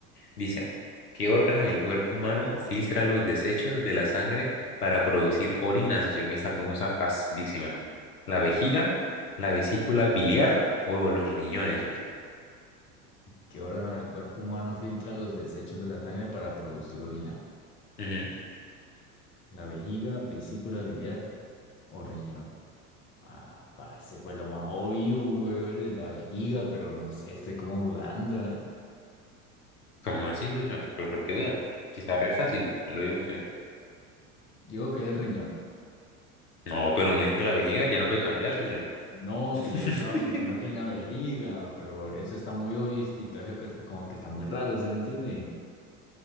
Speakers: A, on the left (about 85°); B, on the left (about 25°).
A: Dice, ¿qué órgano del cuerpo humano filtra los desechos de la sangre para producir orina, socio? Mira, Esta pregunta está facilísima. ¿La vejiga, la vesícula biliar o los riñones, socio?
B: ¿qué órgano del cuerpo humano filtra los desechos de la sangre para producir orina?
A: Ujú.
B: ¿La vejiga, vesícula biliar o riñón? Ah, parece pues lo más obvio, weón, es la vejiga, pero no sé, estoy como dudando, ¿eh?
A: ¿Cómo así, socio? ¿Pero por qué duda? Si está re fácil, me lo digo en serio.
B: Yo creo que es el riñón.
A: No, pero no dijo que la vejiga ya no puede cambiar, socio.
B: No,
A: <laughs>
B: que yo estaba pensando que en la vejiga, pero eso está muy obvio y y todo eso que- como que está muy raro, ¿se me entiende?